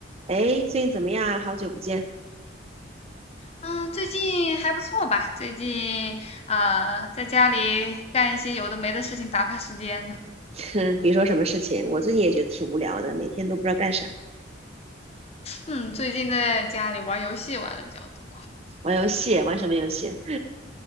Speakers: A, on the right; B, on the left.
A: 哎，最近怎么样啊？好久不见。
B: 嗯，最近还不错吧？最近啊、呃在家里干一些有的没的事情打发时间呢。
A: <laughs> 哼，别说什么事情，我最近也觉得挺无聊的，每天都不知道干啥，
B: 嗯，最近在家里玩游戏玩的比较多，
A: 玩游戏，玩什么游戏？